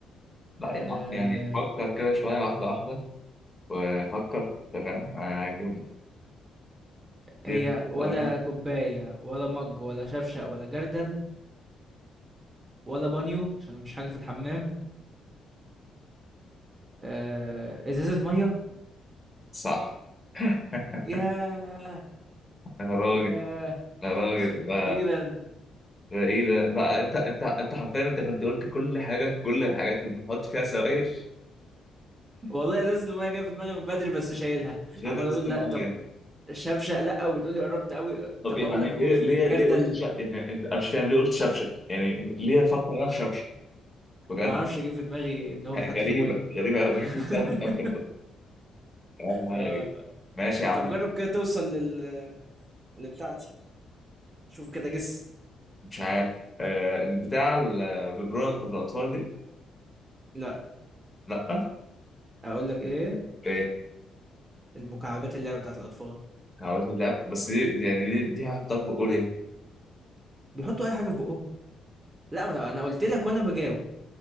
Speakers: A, on the left (about 15°); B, on the right (about 25°).
A: لا
B: أه...
A: يا عم، يعني فكر كده شويه واحده واحده وفكر تمام هتجيبها دي-
B: هي
A: دي
B: ولا
A: قربت.
B: كوباية ولا مج ولا شفشق ولا جردل ولا بانيو عشان مش حاجة في الحمام آه، ازازة مية
A: صح يا
B: ياه
A: راجل
B: ياه
A: يا راجل ده
B: اخيرا
A: ده ايه ده بقى انت انت انت حرفيا انت كنت قلت كل حاجه كل الحاجات اللي بنحط فيها سوائل
B: والله ازازه الميه جايه في دماغي من بدري بس شايلها
A: غير
B: عمال
A: ازازه
B: اقول
A: الميه
B: لا طب شفشق لا وبتقولي قربت قوي
A: طب
B: طب
A: إيه
B: هقول
A: يعني
B: لك اخوك
A: ايه ليه
B: كبير جردل
A: ليه قلت شا... يعني انت انا مش فاهم ليه قلت شبشب يعني ليه افكر انا في شبشب بجد
B: ما اعرفش جه في دماغي ان هو
A: <laughs>
B: بيتحط
A: غريبه
B: فيه ميه
A: غريبه قوي
B: <laughs>
A: مين بيتسمى شبشب والله
B: آه.
A: غريب. ماشي يا عم
B: طب جرب كده توصل لل لبتاعتي شوف كده جس
A: مش عارف آه البتاع الببرونه بتاعت الاطفال دي
B: لا
A: لا
B: اقول لك ايه
A: ايه
B: المكعبات اللعبه بتاعت الاطفال
A: عملت اللعب بس دي دي- يعني دي دي هحطها في ايه
B: بيحطوا اي حاجه في بقهم لا ما انا انا قلت لك وانا بجاوب